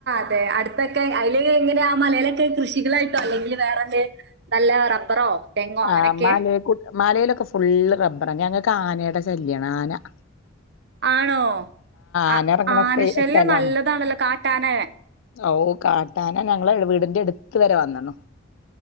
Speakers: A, on the right; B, on the left.
A: അ അടുത്ത ഇതൊക്കെ അതില് എങ്ങനെ ആ മലയിലൊക്കെ കൃഷികളായിട്ടോ അല്ലെങ്കിൽ വേറെന്തെ നല്ല റബ്ബറോ തെങ്ങോ അങ്ങനെയൊക്കെ
B: ആഹ മലൽ മലയിലൊക്കെ ഫുള്ള് റബ്ബറാ ഞങ്ങക്ക് ആനയുടെ ശല്യമാണ് ആന
A: ആണോ ആ
B: ആന ഇറങ്ങണ
A: ആനശല്യം
B: സ്ഥ- സ്ഥലാണ്
A: നല്ലതാണല്ലോ കാട്ടാന
B: ഓ കാട്ടാന ഞങ്ങളുടെ വീടിന്റെ അടുത്ത് വരെ വന്നണോ